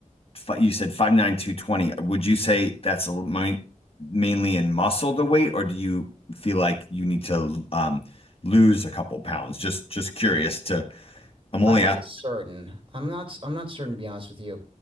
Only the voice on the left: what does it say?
fi- you said five nine two twenty. Would you say that's a, main, mainly in muscle the weight, or do you feel like you need to um, lose a couple pounds? Just just curious to. I'm only
asking.